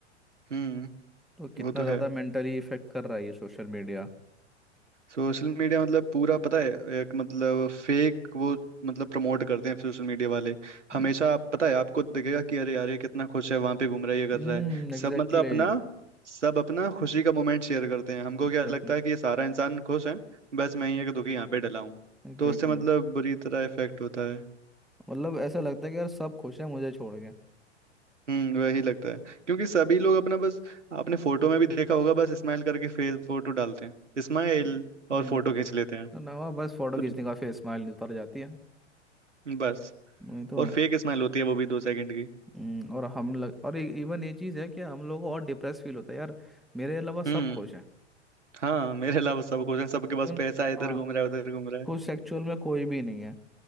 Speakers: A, on the right; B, in the centre.
A: हम्म
B: तो कितना
A: वो तो
B: ज़्यादा
A: है
B: मेंटली इफेक्ट कर रहा है ये सोशल मीडिया
A: सोशल मीडिया मतलब पूरा पता है एक मतलब फेक वो मतलब प्रमोट करते हैं सोशल मीडिया वाले
B: हम्म
A: हमेशा आप पता है आपको दिखेगा कि अरे यार ये कितना खुश है वहां पे घूम रहा है ये कर
B: हम्म,
A: रहा है
B: एग्जैक्टली
A: सब मतलब अपना सब अपना खुशी का मोमेंट शेयर करते हैं हमको क्या
B: एग्जैक्टली
A: लगता है कि ये सारा इंसान खुश है बस मैं ही एक दुखी यहाँ पे डला हूँ
B: एग्जैक्टली
A: तो उससे मतलब बुरी तरह इफेक्ट होता है
B: मतलब ऐसा लगता है कि यार सब खुश है मुझे छोड़ के
A: हम्म वही लगता है क्योंकि सभी लोग अपना बस आपने फोटो में भी देखा होगा बस स्माइल करके फेस फोटो डालते हैं स्माइल
B: हम्म
A: और
B: हम्म
A: फोटो खींच लेते हैं
B: नवा बस फोटो
A: तो
B: खींचने का फिर स्माइल उतर जाती है
A: बस
B: नहीं तो
A: और फेक स्माइल होती है वो भी दो सेकंड की
B: हम्म, और हम लग और इवन ये चीज़ है कि हम लोगों को और डिप्रेस फील होता है यार मेरे अलावा सब
A: हम्म
B: खुश हैं
A: हाँ मेरे अलावा सब कुछ है सबके
B: लेकिन
A: पास पैसा है इधर
B: हाँ
A: घूम रहा है उधर घूम रहा है
B: खुश एक्चुअल में कोई भी नहीं है